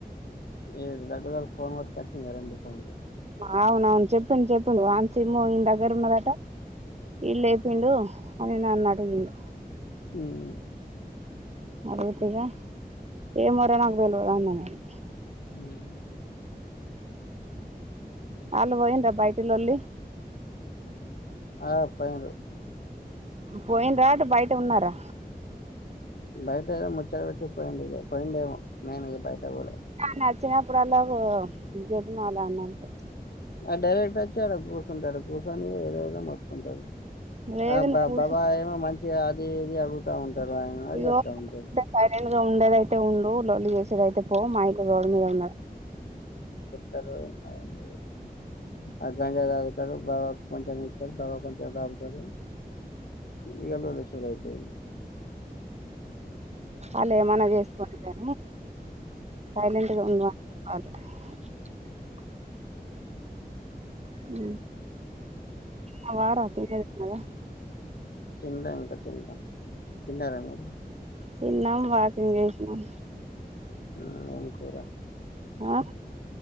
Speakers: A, on the left; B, on the right.
A: ఏ గద్ద గడు ఫోన్ పట్కిచ్చి రెండు ఫోన్లు
B: అవున అవును చెప్పండి చెప్పండి వానసిమ్ ఇన దగ్గర ఉన్నదంట ఇడు లేపిండు అని నన్ను అడిగిండు
A: ఉమ్
B: అరవతిగా ఏమో రా నాకు తెలవదు అన్నాను నేను
A: ఉహ్
B: మొన్న పోయిండ బయటిలోల్లి
A: ఆ పోయిండ్రు
B: పోయిండ్రా రా బయట ఉన్నారా
A: బయట ఏదో ముచ్చట పెట్టి పోయిడి పోయిండేమో మేమి ఇది బయట పోలే
B: నచ్చినప్పుడు అలా గదుమ అలా అన్న అంతే
A: ఆ డైరెక్ట్ వచ్చి అడ కుర్సుటుండు కూర్సొని ఏదో ఏదో మతుకుంటాడు
B: లేదు
A: ఆ
B: నువ్వు
A: బా
B: కూర్చో
A: బాబా ఏమో మంచి అది ఇది అడుగుతా ఉంట <unintelligible> రా
B: ఇగో
A: చెప్తా ఉంటడు
B: సైలెంట్ గా ఉండేదయితే ఉండు లొల్లి చేసేదయితే పో మా ఇక రోడ్ మీద ఉన్న
A: తర్వాత ఏం లేదు ఆ గంజా తాగుతారు బావ కొంచెం ఇస్తారు బావ కొంచెం తాగుతారు ఇక లొల్లి షురూ అయితది
B: వాళ్ళ ఏమన్నా చేసుకోగానే సైలెట్గా ఉండమని <unintelligible> హు ఆ వార తెన్నదా
A: తిందా ఇంకా తింటా తిన్నార మీరు
B: తిన్నం వాకింగ్ చేసినం
A: ఆ ఏం కూర
B: ఆ